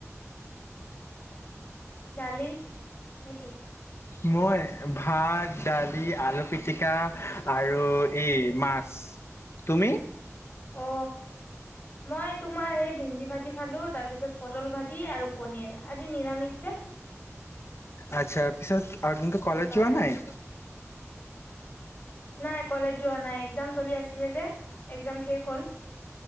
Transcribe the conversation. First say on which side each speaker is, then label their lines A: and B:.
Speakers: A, on the left; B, on the left.
A: দালি নেকি
B: মই ভাত দালি আলু পিটিকা আৰু ই মাছ তুমি
A: অ মই তোমাৰ এই ভেন্দি ভাজি খালো তাৰপিছত পটল ভাজি আৰু পনীৰ আজি নিৰামিষ যে
B: আচ্ছা পিছত আৰু কিন্তু
A: সেইকাৰণে
B: কলেজ যোৱা নাই
A: নাই কলেজ যোৱা নাই একজাম চলি আছিলে যে একজাম শেষ হ'ল